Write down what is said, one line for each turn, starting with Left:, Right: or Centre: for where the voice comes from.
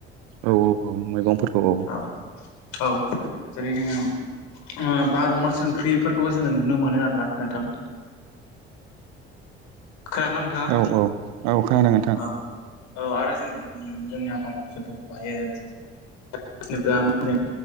Right: औ औ औ मैगंफोरखौ औ‌।
Left: औ औ जेरै जोङो बार' मास ओंख्रिफोरखौबो जोङो नुनो मोनो आरोना नोंथां। खोनादोंना नोंथाङा?
Right: औ औ औ। खोनादों नोंथां।
Left: औ औ आरो जोङो ओम जोंनि आफाद फसलफोरखौ हायो <unintelligible> नोब्ला मो <unintelligible>